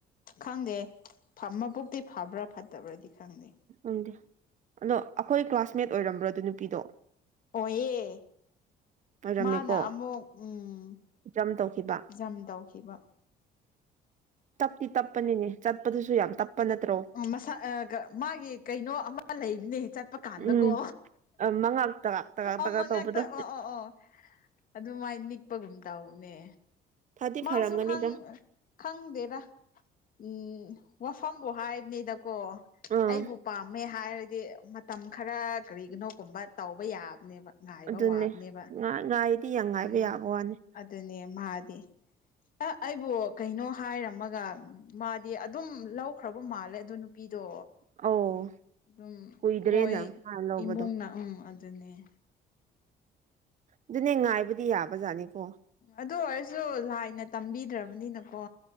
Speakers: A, on the left (about 55°); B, on the right (about 45°).
A: ꯈꯪꯗꯦ ꯐꯝꯃꯕꯨꯗꯤ ꯐꯕ꯭ꯔꯥ ꯐꯠꯇꯕ꯭ꯔꯗꯤ ꯈꯪꯗꯦ
B: ꯎꯝ ꯑꯗꯣ ꯑꯩꯈꯣꯏ ꯀ꯭ꯂꯥꯁꯃꯦꯠ ꯑꯣꯏꯔꯝꯕ꯭ꯔꯣ ꯑꯗꯨ ꯅꯨꯄꯤꯗꯣ
A: ꯑꯣꯏꯌꯦ
B: ꯑꯣꯏꯔꯝꯃꯦꯀꯣ
A: ꯃꯥꯅ ꯑꯃꯨꯛ ꯎꯝ
B: ꯖꯝ ꯇꯧꯈꯤꯕ
A: ꯖꯝ ꯇꯧꯈꯤꯕ
B: ꯇꯞꯇꯤ ꯇꯞꯄꯅꯤꯅꯦ ꯆꯠꯄꯗꯨꯁꯨ ꯌꯥꯝ ꯇꯞꯄ ꯅꯠꯇ꯭ꯔꯣ
A: ꯃꯁꯥ ꯃꯥꯒꯤ ꯀꯩꯅꯣ ꯑꯃ ꯂꯩꯕꯅꯦ ꯆꯠꯄ
B: ꯎꯝ
A: ꯀꯥꯟꯗꯀꯣ
B: ꯎꯝ ꯃꯉꯛ ꯇꯒꯥꯛ ꯇꯒꯥꯛ
A: ꯑꯣ
B: ꯇꯒꯥꯛ
A: ꯃꯉꯥꯇ
B: ꯇꯧꯕꯗꯣ
A: ꯑꯣ ꯑꯣ ꯑꯣ ꯑꯗꯨꯃꯥꯏ ꯅꯤꯛꯄꯒꯨꯝ ꯇꯧꯅꯦ
B: ꯐꯗꯤ
A: ꯃꯥꯁꯨ
B: ꯐꯔꯝꯒꯅꯤꯗ
A: ꯈꯪ ꯑ ꯈꯪꯗꯦꯗ ꯎꯝ ꯋꯥꯐꯝꯕꯨ ꯍꯥꯏꯕꯅꯤꯗ ꯀꯣ
B: ꯑꯥ
A: ꯑꯩꯕꯨ ꯄꯥꯝꯃꯦ ꯍꯥꯏꯔꯗꯤ ꯃꯠ ꯇꯝ ꯈꯔ ꯀꯔꯤꯒꯤꯅꯣꯒꯨꯝꯕ ꯇꯧꯕ ꯌꯥꯕꯅꯦꯕ ꯉꯥꯏꯕ
B: ꯑꯗꯨꯅꯦ
A: ꯋꯥꯕꯅꯦꯕ
B: ꯉꯥ ꯉꯥꯏꯗꯤ ꯌꯥꯝ ꯉꯥꯏꯕ
A: ꯎꯝ
B: ꯌꯥꯕ ꯋꯥꯅꯤ
A: ꯑꯗꯨꯅꯦ ꯃꯥꯗꯤ ꯑ ꯑꯩꯕꯨ ꯀꯩꯅꯣ ꯍꯥꯏꯔꯝꯃꯒ ꯃꯥꯗꯤ ꯑꯗꯨꯝ ꯂꯧꯈ꯭ꯔꯕ ꯃꯥꯜꯂꯦ ꯑꯗꯨ ꯅꯨꯄꯤꯗꯣ
B: ꯑꯧ
A: ꯑꯗꯨꯝ
B: ꯀꯨꯏꯗꯔꯦꯅ
A: ꯃꯣꯏ
B: ꯃꯥꯟ ꯂꯧꯕꯗꯣ
A: ꯏꯃꯨꯡꯅ ꯎꯝ ꯑꯗꯨꯅꯦ
B: ꯑꯗꯨꯅꯦ ꯉꯥꯏꯕꯗꯤ ꯌꯥꯕꯖꯥꯠꯅꯤꯀꯣ
A: ꯑꯗꯨ ꯑꯣꯏꯔꯁꯨ ꯂꯥꯏꯅ ꯇꯝꯕꯤꯗ꯭ꯔꯕꯅꯤꯅꯀꯣ